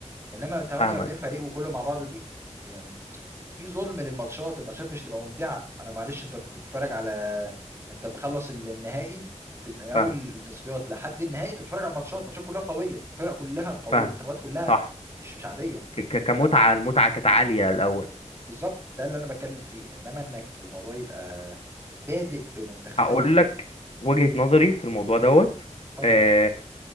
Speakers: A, on the right (about 20°); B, on the left (about 55°).
A: انما 48
B: فاهمك
A: فريق وكله مع بعضه دي يعني في ظلم للماتشات الماتشات مش هتبقى ممتعة انا معلش انت كنت بتتفرج على ما انت مخلص النهائي بت- من اول
B: فاهمك
A: التصفيات لحد النهائي انت بتتفرج على الماتشات الماتشات كلها قوية الفرق كلها قوية
B: فاهم
A: المنتخبات كلها
B: صح
A: مش مش عادية
B: ك- ك- كمتعة
A: انما
B: المتعة كانت عالية الأول
A: بالظبط ده اللي انا بتكلم فيه انما انك الموضوع يبقى بادئ بمنتخبات
B: هقول لك وجهة نظري في الموضوع دوت
A: اتفضل
B: آه،